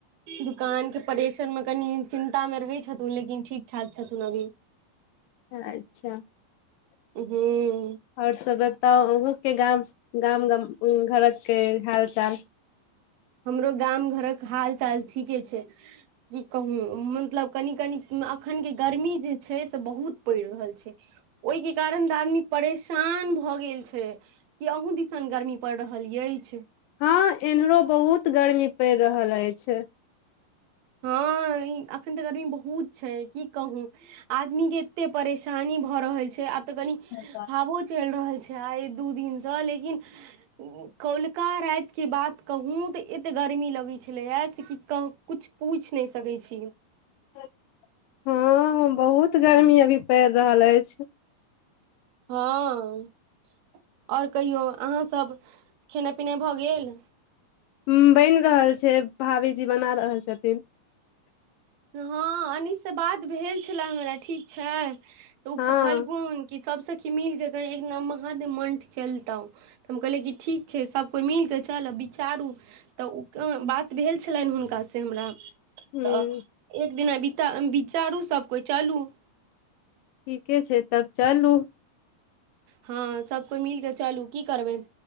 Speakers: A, on the right; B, on the left.
A: दुकान के परेशर में कनि चिन्ता मे रहै छथुन लेकिन ठीक ठाक छथुन अभी।
B: अच्छा। <unintelligible>
A: हूँ। <unintelligible>
B: और सब बताव <unintelligible> के गाम से गाम- गम उम्म घरक के हाल चाल।
A: हमरो गाम घरक हाल चाल ठीके छै, की कहू मतलब कनि -कनि। <unintelligible> उम्म अखन के गर्मी जे। छै से बहुत पड़ रहल छै ओय के कारण तऽ आदमी परेशान भऽ गेल छै कि अहूँ दिसन गर्मी पड़ रहल ऐछ।
B: हां एन्हरो बहुत गर्मी पड़ रहल ऐछ।
A: हां इ एखन तऽ गर्मी बहुत छै की कहू आदमी के एते परेश। शानी भ रहल छै आब। त कनी
B: हँ
A: हाबो चैल रहल छै। आय दू दिन से लेकिन उम्म कौलका राएत के बात कहूँ तऽ ऐत गर्मी लगै छलै य से कि कहु कुछ। पूछ नै सकै छी।
B: <inaudible> हां- हां बहुत गर्मी अभी पड़ रहल ऐछ।
A: हां <unintelligible> और कहियौ अहाँ सब खेनाय पिनाय भऽ गेल? <unintelligible>
B: उम्म बैन रहल छै भाभीजी बना रहल छथिन। <unintelligible>
A: हँ अनीस से बात भेल छलै हमरा ठीक छै। त उ
B: हँ
A: कहलखून की। सब सखी मिल के कही एक दिना महादेव मण्ठ चलतौ तऽ हम कहलियै कि ठीक छै सब कोइ मिल कै चलब विचारू तऽ उ क बात भेल छलैन हुनका से हमरा।
B: ह
A: तऽ। <unintelligible> एक दिना बिता विचारू सब कोइ चलू। <unintelligible>
B: ठीके छै तब चलू। <unintelligible>
A: हां सब कोइ मिल के चलू की करबै